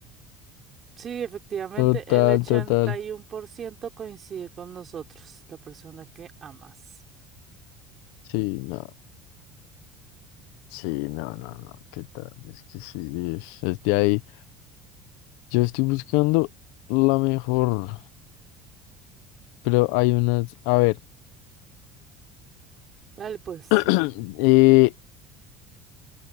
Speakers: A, on the right (about 35°); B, on the left (about 80°).
A: Sí, efectivamente,
B: Total,
A: el ochenta
B: total.
A: y uno por ciento coincide con nosotros, la persona que amas.
B: Sí, no, sí, no, no, no, ¿qué tal? Es que sí, es, es de ahí. Yo estoy buscando la mejor, pero hay unas, a ver,
A: Dale, pues.
B: <clears throat> eh,